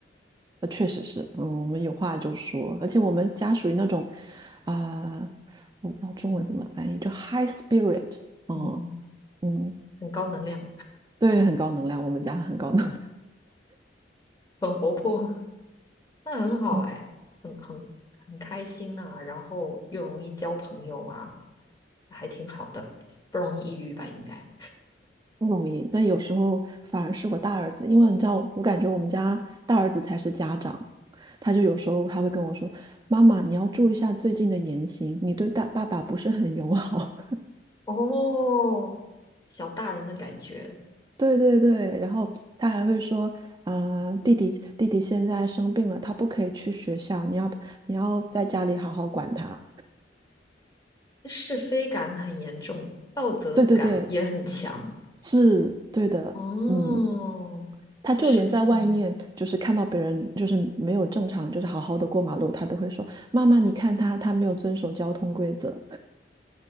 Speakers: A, on the right; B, on the left.
A: 呃确实是，嗯，我们有话就说，而且我们家属于那种啊、我不知道中文怎么翻译，就 high spirit，嗯
B: 嗯，
A: 嗯，
B: 很高能量，
A: 对，很高能量，我们家很高能量。
B: 很活泼，<laughs> 那很好哎，
A: 嗯。
B: 很很很开心啊，然后又容易交朋友啊，还挺好的，不容易抑郁吧，应该。
A: 不容易，但有时候反而是我大儿子，因为你知道，我感觉我们家大儿子才是家长，他就有时候他会跟我说：“妈妈，你要注意一下最近的言行，你对大爸爸不是很友好。”
B: 哦，小大人的感觉。
A: <laughs> 对对对，然后他还会说：“啊、弟弟弟弟现在生病了，他不可以去学校，你要你要在家里好好管他。”
B: 是非感很严重，道德感也很强。
A: 对对对，是对的，
B: 哦，
A: 嗯，他就连在外面，
B: 就是嗯，
A: 就是看到别人就是没有正常，就是好好的过马路，他都会说：“妈妈，你看他，他没有遵守交通规则，